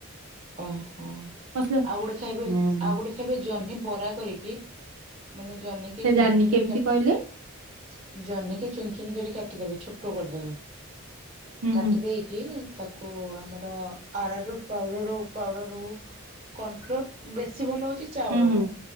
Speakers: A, on the right; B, on the right.
A: ଓହୋ।
B: ମସଲା
A: ଆଉ ଗୋଟେ ଖାଇବେ
B: ହୁଁ
A: ଆଉ ଗୋଟେ ଖାଇବେ ଜହ୍ନି ବରା କରିକି ମାନେ ଜହ୍ନିିକି
B: ସେ
A: ଚୁନଚୁନ
B: ଜାଣିନି
A: କରିକି
B: କେମିତି
A: କାଟିକି
B: କହିଲେ
A: ଜହ୍ନିକି ଚୁନଚୁନ କରି କାଟିଦେବେ ଛୋଟ ଟ କରିଦେବେ
B: ହୁଁ
A: କାଟି
B: ହୁଁ
A: ଦେଇକି ତା କୁ ଆମର ଆରାରୁଟ ପାଉଡର ପାଉଡର ହଉ କର୍ଣଫ୍ଲୋର ବେଶୀ ଭଲ ହଉଛି ସେ ଚାଉଳଟା
B: ହୁଁ ହୁଁ।